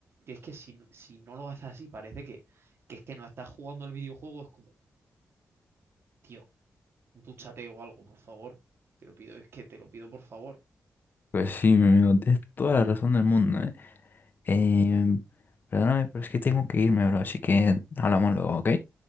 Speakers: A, on the right; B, on the left.
A: que es que si, no- si no lo haces así, parece que, que es que no estás jugando al videojuego, es como, tío, dúchate o algo, por favor. Te lo pido, es que te lo pido, por favor.
B: Pues sí, mi amigo, tienes toda la razón del mundo, ¿eh? Em, perdóname, pero es que tengo que irme, bro, así que hablamos luego, ¿ok?